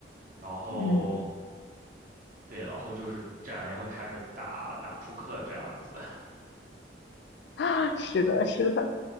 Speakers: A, on the right; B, on the left.
A: 然后
B: 嗯。
A: 对，然后就是这两年会开始打打扑克这样子。<laughs>
B: <laughs> 是的，是的，